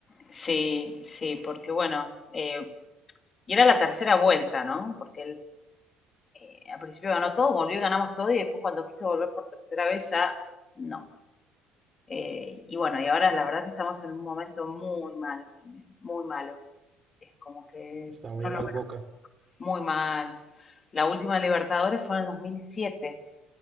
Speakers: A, on the left; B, on the right.
A: Sí, sí, porque bueno, eh, y era la tercera vuelta, ¿no? Porque él eh, al principio ganó todo, volvió y ganamos todo, y después cuando quiso volver por tercera vez ya no. Eh, y bueno, y ahora la verdad que estamos en un momento muy malo también, muy malo. Es como que
B: Está muy
A: no lo
B: mal
A: veo
B: Boca.
A: muy mal. La última Libertadores fue en el 2007.